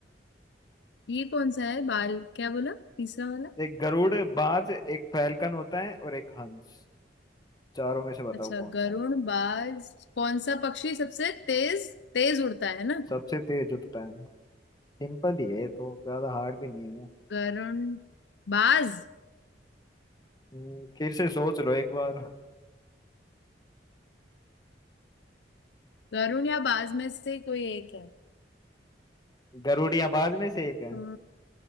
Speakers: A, on the left; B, on the left.
A: ये कौन सा है बाल क्या बोला तीसरा वाला
B: एक गरुड़ बाज एक फैल्कन होता है और एक हंस चारों में से बताओ
A: अच्छा
B: कौन
A: गरुण
B: सा है
A: बाज कौन सा पक्षी सबसे तेज तेज उड़ता है ना
B: सबसे तेज उड़ता है सिंपल ही है ये तो ज्यादा हार्ड भी नहीं है
A: गरुण बाज
B: हम्म, फिर से सोच लो एक बार
A: गरुण या बाज में से कोई एक है
B: गरुड़ या बाज में से एक है
A: तो